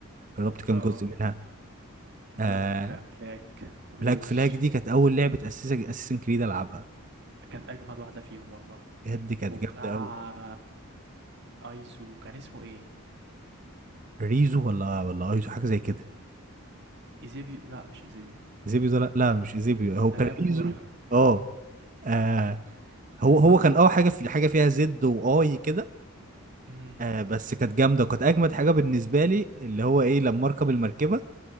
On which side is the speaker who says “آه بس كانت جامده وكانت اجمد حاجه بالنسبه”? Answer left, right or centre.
Right